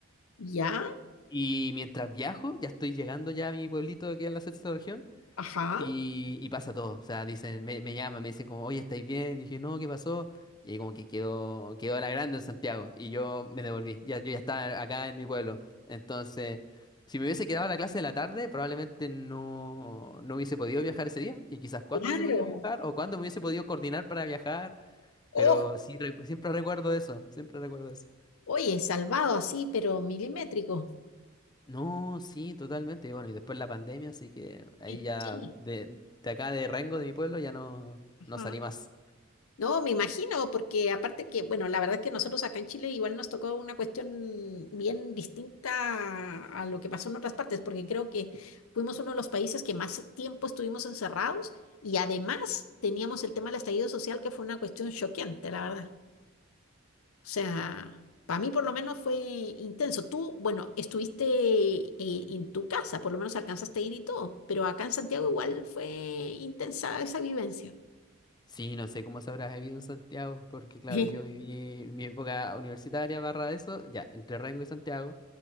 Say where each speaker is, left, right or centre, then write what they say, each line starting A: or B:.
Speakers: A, on the left; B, on the left.
A: Ya,
B: Y mientras viajo, ya estoy llegando ya a mi pueblito que queda en la sexta región,
A: ajá.
B: y, y pasa todo, o sea, dicen, me, me llaman, me dicen como, oye, ¿estáis bien? Y dije, no, ¿qué pasó? Y ahí como que quedó, quedó la grande en Santiago, y yo me devolví, ya, yo ya estaba acá en mi pueblo. Entonces, si me hubiese quedado la clase de la tarde, probablemente no, no hubiese podido viajar ese día, y quizás cuándo
A: Claro.
B: hubiese podido viajar, o cuándo me hubiese podido coordinar para viajar,
A: Oh,
B: pero sí, recu- siempre recuerdo eso, siempre recuerdo eso.
A: oye, salvado así, pero milimétrico.
B: No, sí, totalmente, y bueno, y después la pandemia, así que ahí
A: Sí,
B: ya,
A: Sí.
B: de, de acá de Rengo, de mi pueblo, ya no,
A: ajá.
B: no salí más.
A: No, me imagino, porque aparte que, bueno, la verdad es que nosotros acá en Chile igual nos tocó una cuestión bien distinta a lo que pasó en otras partes, porque creo que fuimos uno de los países que más tiempo estuvimos encerrados y además teníamos el tema del estallido social, que fue una cuestión choqueante, la verdad. O sea, para mí por lo menos fue intenso. Tú, bueno, estuviste eh, en tu casa, por lo menos alcanzaste a ir y todo, pero acá en Santiago igual fue intensa esa vivencia.
B: Sí, no sé cómo se habrá vivido en Santiago, porque claro,
A: <laughs>
B: yo viví mi época universitaria barra eso, ya, entre Rengo y Santiago,